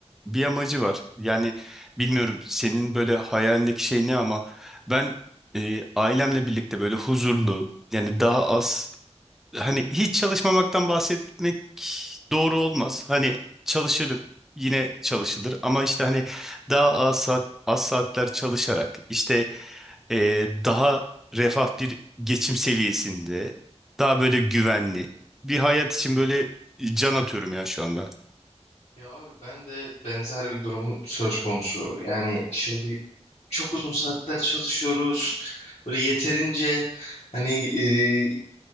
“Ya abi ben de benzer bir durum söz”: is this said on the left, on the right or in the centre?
Left